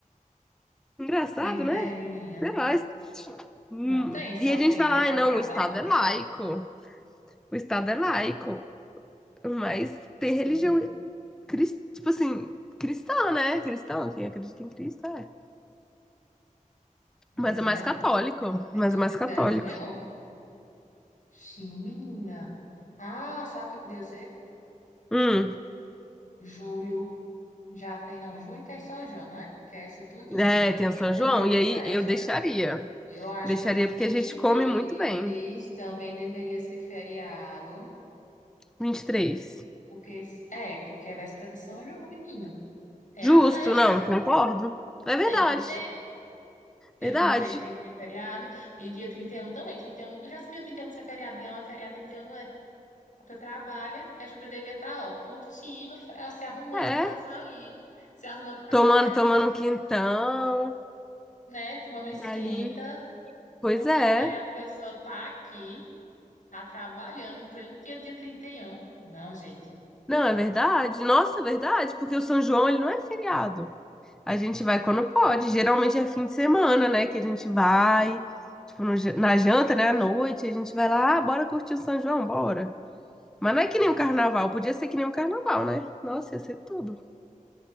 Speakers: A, in the centre; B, on the left (about 65°).
A: Engraçado,
B: Pois
A: né?
B: é, menina.
A: Sei lá. es- Hum,
B: Não tem, só
A: E a
B: tem
A: gente fala,
B: feriado
A: ai, não,
B: católico.
A: o Estado é laico. O Estado é laico. Mas tem
B: Sim,
A: religião, cris- tipo assim, cristã, né? Cristão, quem acredita em Cristo é.
B: Pois
A: Mas é mais
B: é,
A: católico.
B: tem
A: Mas
B: todo
A: é mais
B: tipo
A: católico.
B: de religião. Sim, menina. Ah, sabe o que podia ser?
A: Hum,
B: Julho já tem, não, junho tem São João, né? Que é esse tudinho.
A: é, tem
B: trinta
A: o São João.
B: dias
A: E
B: de
A: aí
B: festa.
A: eu deixaria.
B: Eu acho
A: Deixaria
B: que dia
A: porque
B: vinte
A: a gente
B: e três
A: come muito bem.
B: também deveria ser feriado,
A: vinte e três
B: porque é, porque é véspera do São João, menina. É
A: Justo,
B: a festa,
A: não, concordo. É verdade.
B: tem que ter. Dia
A: Verdade.
B: 23 tem que ter feriado, e dia 31 também. trinta e um já se viu 31 ser feriado, Dia um é feriado, 31 não é Você trabalha, a gente deveria estar, ó, curtindo, eh, se arrumando
A: É.
B: pra sair, se arrumando pra
A: Tomando,
B: festa,
A: tomando um quintão
B: né? Tomando um esquenta.
A: ali. Pois
B: Poxa,
A: é.
B: aí a pessoa tá aqui, tá trabalhando, em pleno dia, dia 31. Não, gente.
A: Não, é verdade. Nossa, é verdade, porque o São João ele não é feriado. A gente vai quando pode. Geralmente é fim de semana, né? Que a gente vai. Tipo, no ja- na janta, né? À noite, a gente vai lá, ah, bora curtir o São João, bora. Mas não é que nem o carnaval. Podia ser que nem o carnaval, né? Nossa, ia ser tudo.